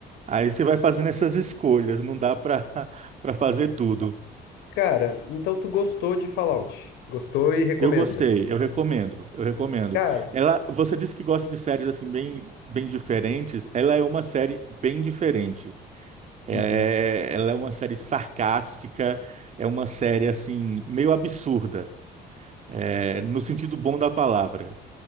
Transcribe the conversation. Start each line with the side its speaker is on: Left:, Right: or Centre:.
Right: Aí você vai fazendo essas escolhas, não dá para <laughs> para fazer tudo.
Left: Cara, então tu gostou de Fallout? Gostou e recomenda?
Right: Eu gostei, eu recomendo, eu recomendo.
Left: Cara,
Right: Ela, você disse que gosta de séries assim bem bem diferentes. Ela é uma série bem diferente. É,
Left: Uhum.
Right: ela é uma série sarcástica, é uma série assim meio absurda, é, no sentido bom da palavra.